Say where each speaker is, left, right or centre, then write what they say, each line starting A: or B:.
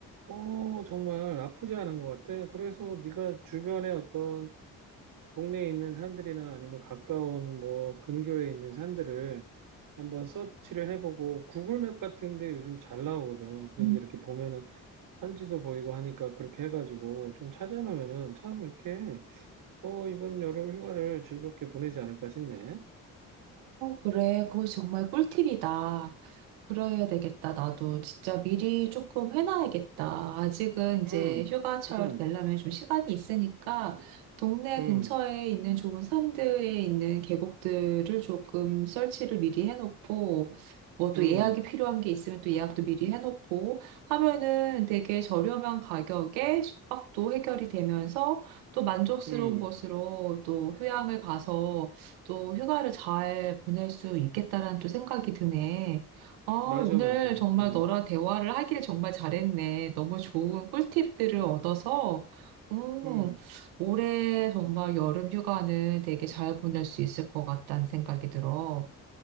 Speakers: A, on the right; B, on the right.
A: 어 정말 나쁘지 않은 것 같아. 그래서 네가 주변에 어떤 동네에 있는 산들이나 아니면 가까운 뭐 근교에 있는 산들을 한번 서치를 해보고 구글맵 같은데 요즘 잘 나오거든. 그런데
B: 음.
A: 이렇게 보면은 산지도 보이고 하니까 그렇게 해가지고 좀 찾아놓으면은 참 이렇게 어, 이번 여름 휴가를 즐겁게 보내지 않을까 싶네.
B: 그래, 그거 정말 꿀팁이다. 그래야 되겠다. 나도 진짜 미리 조금 해놔야겠다. 아직은 이제
A: 음,
B: 휴가철
A: 음,
B: 되려면 좀 시간이 있으니까 동네
A: 음,
B: 근처에 있는 좋은 산들에 있는 계곡들을 조금 설치를 미리 해놓고 뭐 또
A: 음,
B: 예약이 필요한 게 있으면 또 예약도 미리 해놓고 하면은 되게 저렴한 가격에 숙박도 해결이 되면서 또 만족스러운
A: 음.
B: 곳으로 또 휴양을 가서 또 휴가를 잘 보낼 수 있겠다라는 또 생각이 드네. 아,
A: 맞아,
B: 오늘
A: 맞아.
B: 정말
A: 음,
B: 너랑 대화를 하길 정말 잘했네. 너무 좋은 꿀팁들을 얻어서, 음,
A: 음.
B: 올해 정말 여름 휴가는 되게 잘 보낼 수 있을 것 같다는 생각이 들어.